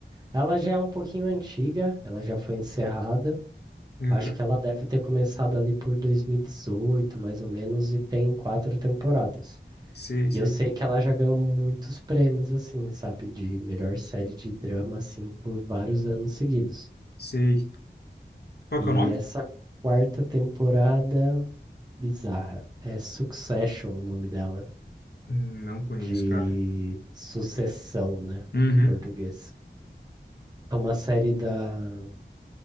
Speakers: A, on the right; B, on the left.
A: ela já é um pouquinho antiga, ela já foi encerrada.
B: Aham.
A: Acho que ela deve ter começado ali por 2018 mais ou menos, e tem quatro temporadas.
B: Sei, sei.
A: E eu sei que ela já ganhou muitos prêmios, assim, sabe? De melhor série de drama, assim, por vários anos seguidos.
B: Sei. Qual
A: E
B: que é o nome?
A: essa quarta temporada, bizarra. É Succession o nome dela,
B: Hum, Não conheço,
A: de
B: cara.
A: sucessão, né?
B: Uhum.
A: Em português. É uma série da,